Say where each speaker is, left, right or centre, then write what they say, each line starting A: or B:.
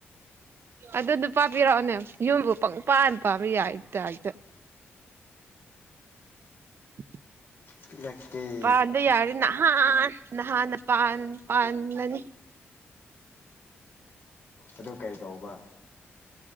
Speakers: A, on the right; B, on the left.
A: ꯑꯗꯨ ꯅꯨꯄꯥ ꯄꯤꯔꯛꯑꯣꯅꯦ ꯌꯨꯝꯕꯨ ꯄꯪꯄꯥꯟ ꯄꯥꯝꯕ ꯌꯥꯕꯩ ꯇꯥꯏꯞꯇ <inaudible>
B: ꯄꯤꯔꯛꯀ‌ꯦ
A: ꯄꯥꯟꯕ ꯌꯥꯔꯗꯤ ꯅꯍꯥꯟ ꯅꯍꯥꯟꯅ ꯄꯥꯟ ꯄꯥꯟꯒꯅꯤ
B: ꯑꯗꯨ ꯀꯩ ꯇꯧꯕ